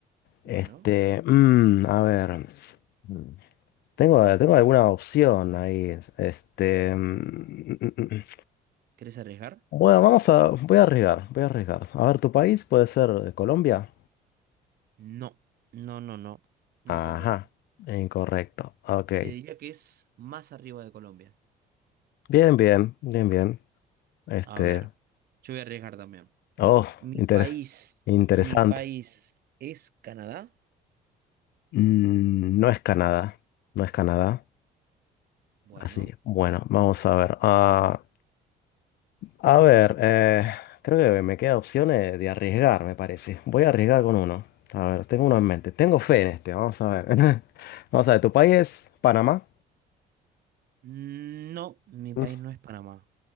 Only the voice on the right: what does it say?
Bueno,
¿querés arriesgar?
No, no, no, no, incorrecto.
Te diría que es más arriba de Colombia.
A ver, yo voy a arriesgar también.
Mi
país,
mi país es Canadá.
Bueno,
no, mi país
no es Panamá.